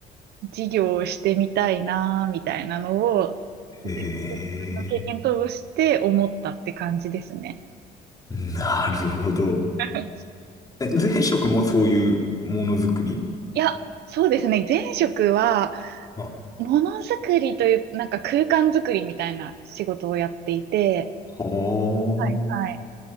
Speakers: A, on the right (about 75°); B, on the left (about 20°).
A: 事業をしてみたいな、みたいなのを、前職の経験通して思ったって感じですね。
B: ええなるほど。
A: <laughs>
B: え、前職もそういうものづくり
A: いや、そうですね。前職は、
B: はい
A: ものづくりという、なんか空間づくりみたいな仕事をやっていて、
B: はあ。
A: はいはい。